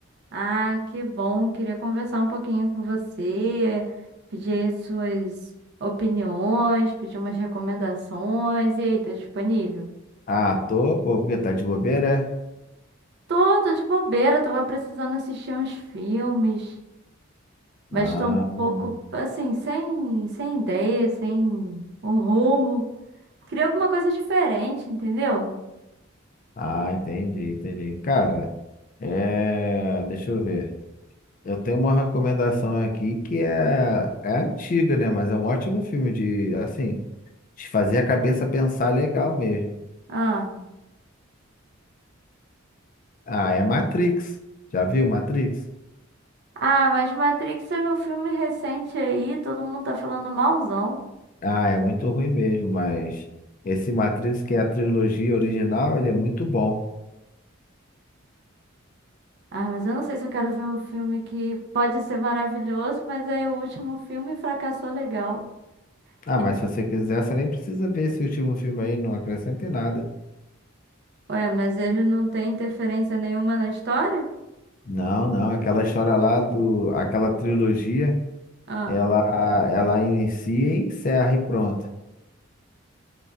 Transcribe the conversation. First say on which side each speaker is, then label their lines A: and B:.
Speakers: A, on the right (about 55°); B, on the left (about 40°).
A: Ah, que bom. Queria conversar um pouquinho com você, pedir suas opiniões, pedir umas recomendações. E aí, tá disponível?
B: Ah, tô, pô, porque tá de bobeira, é?
A: Tô, tô de bobeira, tava precisando assistir uns filmes, mas
B: Ah,
A: tô um
B: hum.
A: pouco assim, sem, sem ideia, sem um rumo. Queria alguma coisa diferente, entendeu?
B: ah, entendi, entendi. Cara, é, deixa eu ver. Eu tenho uma recomendação aqui que é, é antiga, né? Mas é um ótimo filme de, assim, de fazer a cabeça pensar legal mesmo.
A: Ah.
B: Ah, é Matrix. Já viu Matrix?
A: Ah, mas Matrix teve um filme recente aí, todo mundo tá falando malzão.
B: Ah, é muito ruim mesmo, mas esse Matrix, que é a trilogia original, ele é muito bom.
A: Ah, mas eu não sei se eu quero ver um filme que pode ser maravilhoso, mas aí o último filme fracassou legal.
B: Ah,
A: E-
B: mas se você quiser, você nem precisa ver esse último filme aí, não acrescenta em nada.
A: Ué, mas ele não tem interferência nenhuma na história?
B: Não, não, aquela história lá do, aquela trilogia,
A: Ah.
B: ela, ela inicia e encerra e pronto.